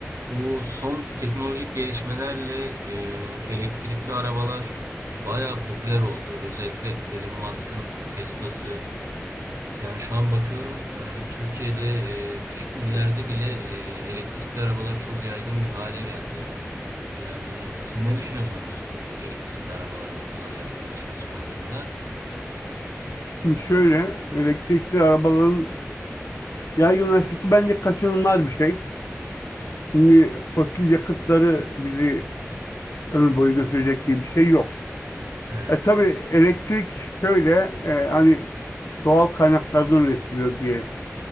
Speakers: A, on the right; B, on the left.
A: Bu son teknolojik gelişmelerle e, elektrikli arabalar bayağı popüler oldu. Özellikle Elon Musk'ın Tesla'sı. Yani şu an bakıyorum e, Türkiye'de e, küçük illerde bile e, elektrikli arabalar çok yaygın bir hale geldi. Yani siz ne düşünüyorsunuz bu elektrikli arabaların bu kadar yaygınlaşması konusunda?
B: Şimdi şöyle elektrikli arabaların yaygınlaşması bence kaçınılmaz bir şey. Şimdi fosil yakıtları bizi ömür boyu götürecek diye bir şey yok.
A: Evet,
B: E tabii elektrik şöyle e, hani doğal kaynaklardan üretiliyor diye